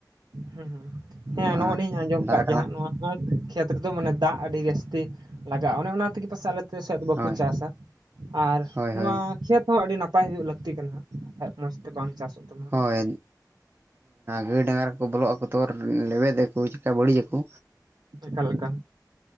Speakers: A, on the right (about 80°); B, on the right (about 30°).
A: ᱦᱩᱸ ᱦᱩᱸ ᱦᱮᱸ ᱱᱚᱜᱼᱚ
B: ᱟᱨ
A: ᱱᱤᱧ ᱟᱸᱡᱚᱢ
B: ᱫᱟᱜ
A: ᱠᱟᱜ ᱜᱮᱭᱟ
B: ᱴᱟᱱᱟ
A: ᱦᱟᱜ ᱱᱚᱣᱟ ᱟ. ᱠᱷ ᱠᱷᱮᱛ ᱨᱮᱫᱚ ᱢᱟᱱᱮ ᱫᱟᱜ ᱟᱹᱰᱤ ᱡᱟᱹᱥᱛᱤ ᱞᱟᱜᱟᱜᱼᱟ ᱚᱱᱮ ᱚᱱᱟ ᱛᱤᱠᱮ ᱯᱟᱥᱮ ᱟᱞᱮ ᱥᱮᱫ ᱫᱚ ᱵᱟᱠᱚ
B: ᱦᱳᱭ
A: ᱪᱟᱥᱟ ᱟᱨ
B: ᱦᱳᱭ
A: ᱱᱚᱣᱟ
B: ᱦᱳᱭ
A: ᱠᱷᱮᱛ ᱦᱚᱸ ᱟᱹᱰᱤ ᱱᱟ ᱱᱟᱯᱟᱭ ᱦᱩᱭᱩᱜ ᱞᱟᱹᱠᱛᱤ ᱠᱟᱱᱟ ᱢᱚᱸᱡ ᱛᱮ ᱵᱟᱝ ᱪᱟᱥᱚᱜ ᱛᱟᱢᱟ
B: ᱦᱳᱭ ᱦᱮᱸ ᱜᱟᱹᱭ ᱰᱟᱝᱨᱟᱠᱚ ᱵᱚᱞᱚᱜ ᱟᱠᱚ ᱛᱚ ᱞᱮᱵᱮᱫ ᱟᱠᱚ ᱪᱮᱠᱟ ᱵᱟᱹᱲᱤᱡ ᱟᱠᱚ
A: ᱮᱠᱟᱞᱮᱞᱟ